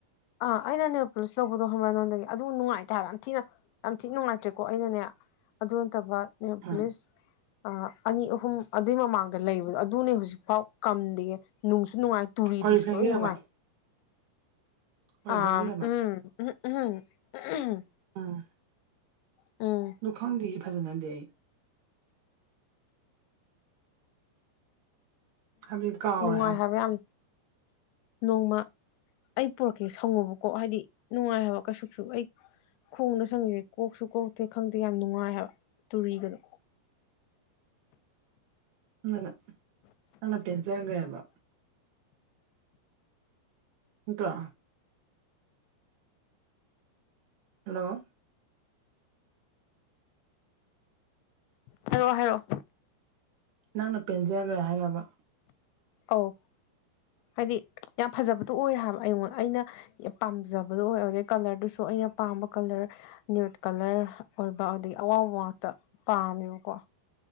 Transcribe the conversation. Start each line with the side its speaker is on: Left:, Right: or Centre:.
Left: ꯑꯥ ꯑꯩꯅꯅꯦ ꯄꯨꯂꯤꯁ ꯂꯧꯕꯗꯣ ꯍꯔ ꯅꯉꯣꯟꯗꯒꯤ ꯑꯗꯨ ꯅꯨꯡꯉꯥꯏꯇꯥꯕ ꯌꯥꯝ ꯊꯤꯅ ꯌꯥꯝ ꯊꯤꯅ ꯅꯨꯡꯉꯥꯏꯇ꯭ꯔꯦꯀꯣ ꯑꯩꯅꯅꯦ ꯑꯗꯨ ꯅꯠꯇꯕ ꯅꯦ
Right: ꯎꯝ
Left: ꯄꯂꯤꯁ ꯑ ꯑꯅꯤ ꯑꯍꯨꯝ ꯑꯗꯨꯏ ꯃꯃꯥꯡꯗ ꯂꯩꯕꯗꯣ ꯑꯗꯨꯅꯦ ꯍꯧꯖꯤꯛꯐꯥꯎ ꯀꯝꯗꯦ ꯅꯨꯡꯁꯨ ꯅꯨꯡꯉꯥꯏ ꯇꯨꯔꯤꯗꯨꯁꯨ
Right: ꯑꯣꯔꯤꯐ꯭ꯂꯦꯝꯒꯤꯔꯕ
Left: ꯂꯣꯏ ꯅꯨꯡꯉꯥꯏ
Right: ꯑꯣꯔꯤꯐ꯭ꯂꯦꯝꯒꯤꯔꯕ
Left: ꯑ ꯎꯝ ꯎꯝ ꯎꯝ
Right: ꯑ
Left: ꯎꯝ
Right: ꯅꯈꯪꯗꯤ ꯐꯖꯅꯗꯤ ꯑꯩ ꯍꯥꯏꯕꯗꯤ ꯀꯥꯎꯔꯦ
Left: ꯅꯨꯡꯉꯥꯏ ꯍꯥꯏꯕ ꯌꯥꯝ ꯅꯣꯡꯃ ꯑꯩ ꯄꯨꯔꯛꯀꯦ ꯁꯪꯉꯨꯕꯀꯣ ꯍꯥꯏꯗꯤ ꯅꯨꯡꯉꯥꯏ ꯍꯥꯏꯕ ꯀꯩꯁꯨꯁꯨ ꯑꯩ ꯈꯣꯡꯅ ꯁꯪꯉꯁꯦ ꯀꯣꯛꯁꯨ ꯀꯣꯛꯇꯦ ꯈꯪꯗꯦ ꯌꯥꯝ ꯅꯨꯡꯉꯥꯏ ꯍꯥꯏꯕ ꯇꯨꯔꯤꯒꯗꯣ
Right: ꯎ ꯑꯅ ꯅꯪꯅ ꯄꯦꯟꯖꯒ꯭ꯔꯦꯕ ꯅꯇ꯭ꯔꯣ ꯍꯜꯂꯣ
Left: ꯍꯥꯏꯔꯛꯑꯣ ꯍꯥꯏꯔꯑꯣ
Right: ꯅꯪꯅ ꯄꯦꯟꯖꯈ꯭ꯔꯦ ꯍꯥꯏꯔꯕ
Left: ꯑꯧ ꯍꯥꯏꯗꯤ ꯌꯥꯝ ꯐꯖꯕꯗꯣ ꯑꯣꯏꯔꯦ ꯍꯥꯏꯕ ꯑꯩꯉꯣꯟꯗ ꯑꯩꯅ ꯄꯥꯝꯖꯕꯗꯣ ꯑꯣꯏ ꯑꯗꯨꯗꯩ ꯀꯂꯔꯗꯨꯁꯨ ꯑꯩꯅ ꯄꯥꯝꯕ ꯀꯂꯔ ꯅ꯭ꯌꯨꯠ ꯀꯂꯔ ꯑꯣꯏꯕ ꯑꯗꯒꯤ ꯑꯋꯥꯕ ꯉꯥꯛꯇ ꯄꯥꯝꯃꯦꯕꯀꯣ